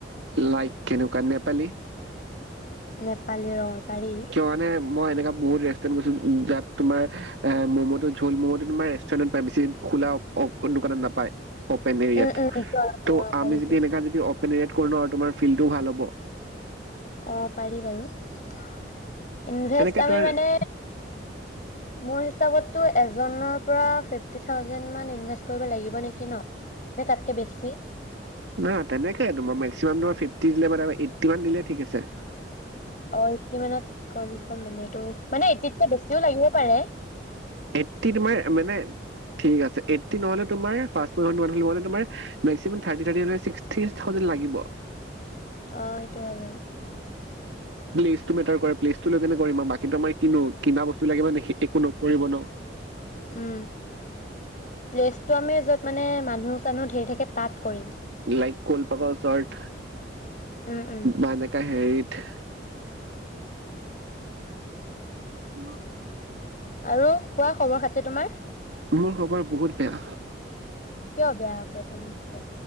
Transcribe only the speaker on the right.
লাইক কেনেকুৱা নেপালী
কিয় মানে মই এনেককা বহুত ৰেষ্টুৰেন্ট গৈছো যাত তোমাৰ ম'ম টো ঝুল ম'ম টো তোমাৰ ৰেষ্টুৰেন্টত প বেছি খোলা দোকানত নাপায় অপেন এৰিয়াত
ত
আমি যদি এনে য আৰু তোমাৰ ফিল্ডটোও ভাল হ'ব
এনেকে
তোমাৰ
না তেনেকে তোমাৰ মেক্সিমাম তোমাৰ ফি দিলে মানে এইটি মান দিলে ঠিক আছে।
এইটি তোমাৰ মানে থিক আছে আইটি নহ'লে তোমাৰ ফ্ৰাষ্ট। কৰিব নোৱাৰিলোঁ হয় তুমাৰ মেস্কিমান থ্ৰাতি থ্ৰাতি ছিস্কটি থ্ৰাউজেন লাগিব।
প্লিজটো মেটাৰ কৰে প্লিজ। তু লগে লগে কৰিম বাকীতো মই কিনো কিনা বস্তু লাগে মানে একো নকৰিব ন।
লাইক কল পাকৰ ওচৰত।
বা এনেকা হেৰিত। <inaudible> উ
মোৰ খবৰ বহুত বেয়া।